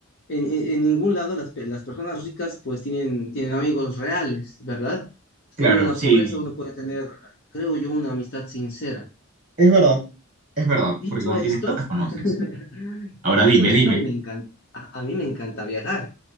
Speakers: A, on the left (about 50°); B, on the right (about 35°).
A: En, en- en ningún lado las, pe- las personas ricas pues tienen, tienen amigos reales, ¿verdad? Solo
B: Claro,
A: en la
B: sí,
A: pobreza uno puede tener, creo yo, una amistad sincera.
B: Es verdad. es verdad,
A: Dicho
B: porque cuando
A: esto,
B: tienes plata conoces.
A: <laughs>
B: Ahora
A: dicho
B: dime,
A: esto,
B: dime.
A: y me encanta, a a mí me encanta viajar.